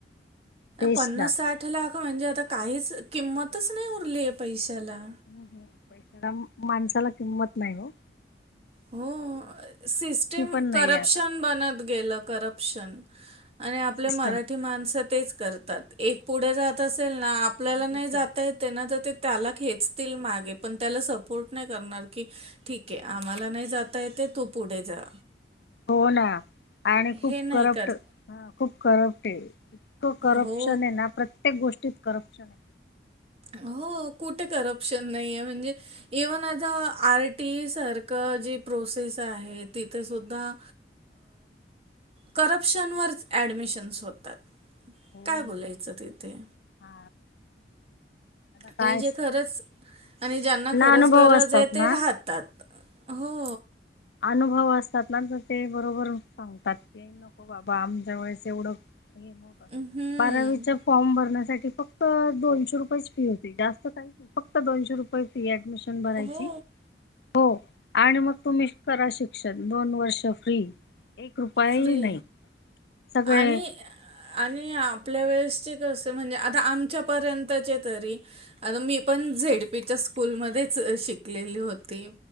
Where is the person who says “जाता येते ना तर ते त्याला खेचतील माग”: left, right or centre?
Right